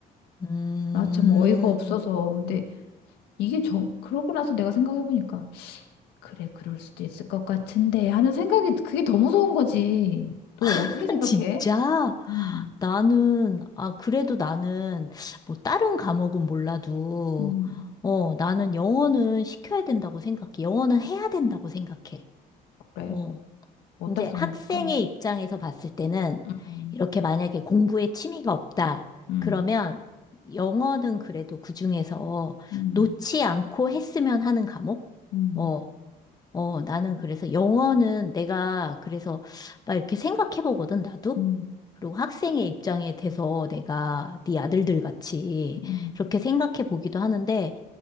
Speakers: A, on the left; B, on the left.
A: 음.
B: 나 참 어이가 없어서 근데 이게 정 그러고 나서 내가 생각해 보니까 그래 그럴 수도 있을 것 같은데 하는 생각이 그게 더 무서운 거지. 너
A: <laughs>
B: 어떻게 생각해?
A: 진짜?
B: 음,
A: 나는, 아, 그래도 나는, 뭐, 다른 과목은 몰라도,
B: 음.
A: 어, 나는 영어는 시켜야 된다고 생각해. 영어는 해야 된다고 생각해.
B: 그래.
A: 어.
B: 어디다
A: 이제
B: 써먹을까?
A: 학생의 입장에서 봤을 때는
B: 음,
A: 이렇게 만약에 공부에 취미가 없다.
B: 음,
A: 그러면 영어는 그래도 그중에서
B: 음,
A: 놓지 않고 했으면 하는 과목?
B: 음,
A: 어, 어, 나는 그래서 영어는 내가 그래서 막 이렇게 생각해 보거든, 나도.
B: 음,
A: 그리고 학생의 입장에 대해서 내가 네 아들들 같이
B: 음,
A: 그렇게 생각해 보기도 하는데,